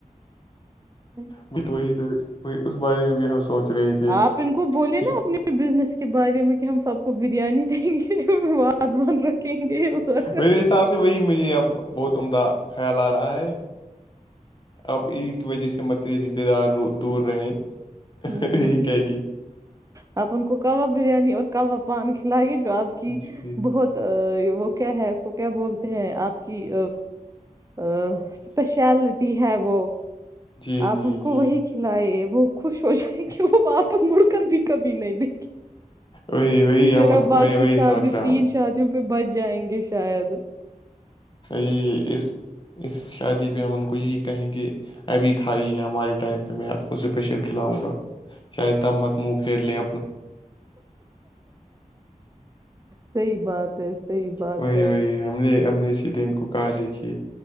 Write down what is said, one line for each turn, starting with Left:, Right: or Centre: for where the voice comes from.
Right: ہوں۔
Left: وہی تو وہ اس بارے میں بھی ہم سوچ رہے تھے
Right: آپ ان کو بولے
Left: کہ
Right: نا اپنے بزنس کے بارے میں کہ ہم سب کو بریانی دیں گے آزمان رکھیں گے اور
Left: میرے حساب وہی مجھے اب بہت عمدہ خیال آ رہا ہے اب ایک وجہ سے مت رشتے دار دور رہیں
Right: ہوں
Left: یہی کہہ کے
Right: آپ ان کو کہو بریانی اور کباب پان کھلائیے جو آپ کہ
Left: جی
Right: بہت وہ کیا ہے اس کو کیا بولتے ہیں آپ کی اسپیشلٹی ہے وہ
Left: جی
Right: آپ
Left: جی
Right: ان کو
Left: جی
Right: وہی کھلائی وہ خوش ہو جائیں گے وہ واپس مڑ کر بھی کبھی نہیں دے
Left: وہی وہی
Right: پھر
Left: ہم ان
Right: اب باقی
Left: کو میں وہی
Right: شادی
Left: سوچ رہا
Right: تین
Left: ہوں
Right: ش شادیوں پہ بچ جائیں گے شاید
Left: یہ اس اس شادی پہ ہم ان کو یہی کہیں گے ابھی کھائی ہے ہمارے ٹائم پہ میں آپ کو اسپیشل کھلاؤں گا چاہے مت منہ پھیر لیں
Right: صحیح بات ہے صحیح بات
Left: وہی
Right: ہے
Left: وہی ہم نے ہم نے سی دن کو کہا دیکھیے